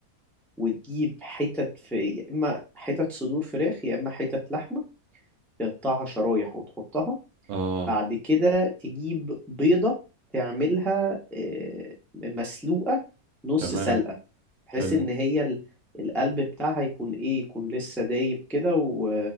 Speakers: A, in the centre; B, on the right.
A: وتجيب حتت في يا إما حتت صدور فراخ يا إما حتت لحمة تقطعها شرايح وتحطها
B: اه
A: بعد كده تجيب بيضة تعملها آه، مسلوقة نص
B: تمام
A: سلقة بحيث
B: حلو
A: إن هي ال- القلب بتاعها يكون إيه يكون لسه دايب كده و-